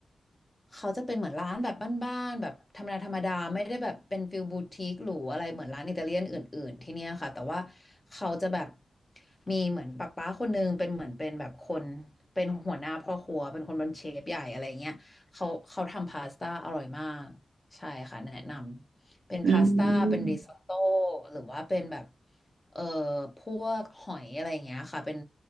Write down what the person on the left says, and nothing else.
เขาจะเป็นเหมือนร้านแบบบ้านๆแบบธรรมดาธรรมดาไม่ได้แบบเป็นฟิลบูติกหรูอะไรเหมือนร้านอิตาเลียนอื่นๆที่เนี่ยค่ะแต่ว่าเขาจะแบบมีเหมือนป้าป้าคนนึงเป็นเหมือนเป็นแบบคนเป็นหัวหน้าพ่อครัวเป็นคนเป็นเชฟใหญ่อะไรเงี้ยเขาเขาทำพาสต้าอร่อยมากใช่ค่ะแนะนำเป็นพาสต้าเป็นริซอตโต้
หรือว่าเป็นแบบเอ่อพวกหอยอะไรอย่างเงี้ยค่ะเป็น